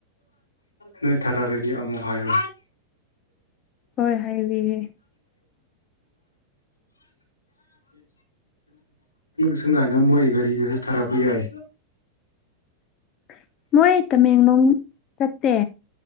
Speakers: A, on the left (about 80°); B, on the left (about 30°).
A: ꯅꯣꯏ ꯊꯔꯥꯔꯦꯗꯤ ꯑꯃꯣ ꯍꯥꯏꯔꯣ
B: ꯍꯣꯏ ꯍꯥꯏꯕꯤꯌꯦ
A: ꯁꯪꯒꯥꯏ ꯉꯝ ꯃꯣꯏ ꯒꯥꯔꯤꯗꯁꯨ ꯊꯥꯔꯛꯄ ꯌꯥꯏ
B: <inaudible> ꯃꯣꯏ ꯇꯃꯦꯡꯂꯣꯡ ꯆꯠꯇꯦ